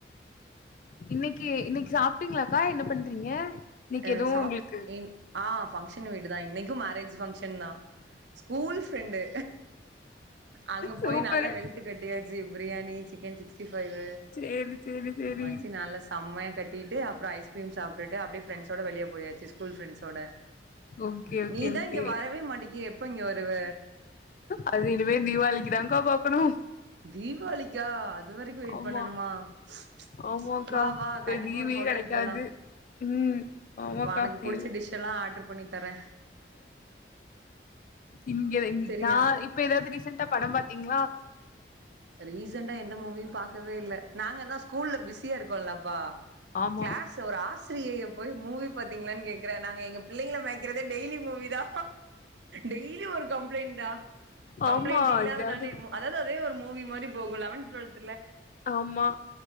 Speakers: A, on the left; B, on the right.
A: இன்னைக்கு இன்னைக்கு சாப்ட்டீங்களாக்கா என்ன பண்றீங்க இன்னைக்கு
B: அ
A: எதுவு
B: சாப்
A: உங்களுக்கு
B: இன் ஆ ஃபங்க்ஷன் வீடு தா இன்னைக்கு மேரேஜ் ஃபங்க்ஷன் தா ஸ்கூல் ஃப்ரெண்டு அங்க
A: சூப்பரு
B: போய் நல்லா வெழுத்து கட்டியாச்சி பிரியாணி சிக்கன் சிக்ஸ்டி ஃபைவ்
A: சேரி சேரி சேரி
B: வச்சு நல்லா செம்மையா கட்டிட்டு அப்பற ஐஸ்கிரீம் சாப்ட்டுட்டு அப்டியே பிரெண்ஸோட வெளிய போயாச்சு ஸ்கூல் ஃப்ரெண்ஸோட
A: ஓகே ஓகே
B: நீதா
A: ஓகே
B: இங்க வரவே மாட்டிக்கியே எப்போ இங்க வருவ
A: அது இனிமே தீபாவளிக்குதா கா பாக்கணு
B: தீவாளிக்கா அதுவரைக்கு வெயிட்
A: ஆமா
B: பண்ணணுமா ச்
A: ஆமாக்கா
B: ச் வா வா
A: இந்த
B: கண்டிப்பா
A: லீவே
B: ஒரு ஹோட்டல்
A: கெடைக்காது
B: போலா
A: ம் ஆமாக்கா
B: உனக்கு
A: லீவு
B: புடிச்ச டிஷ் எல்லா ஆர்டர் பண்ணி தர
A: இங்க
B: சரியா
A: நா இப்ப ஏதாவது ரீசெண்டா படம் பாத் திங்ளா
B: ரீசண்டா எந்த மூவியு பாக்கவே இல்ல நாங்க தா ஸ்கூல்ல பிஸியா இருக்கோம்ல்லப்பா
A: ஆம்
B: கிளாஸ் ஒரு ஆசிரியை போய் மூவி பாார்த்தீங்களானு கே்கற நாங்க பிள்ளைங்கள மே்கறதே டெய்லி மூவிதா டெய்லி ஒரு கம்ப்ளைண்டா கம்ப்ளைண்ட்
A: ஆமா
B: இல்லாதனாலே
A: இதாவது
B: அதாவது அதே ஒரு மூவி மாரி போகு லவன்த் டுவெல்த்
A: ஆமா